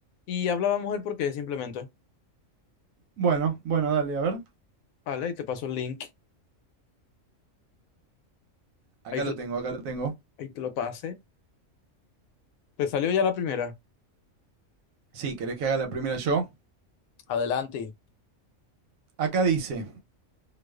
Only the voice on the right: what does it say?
Bueno, bueno, dale, a ver.
Acá
lo
tengo, acá lo tengo.
Sí, ¿querés que haga la primera yo?
Acá dice,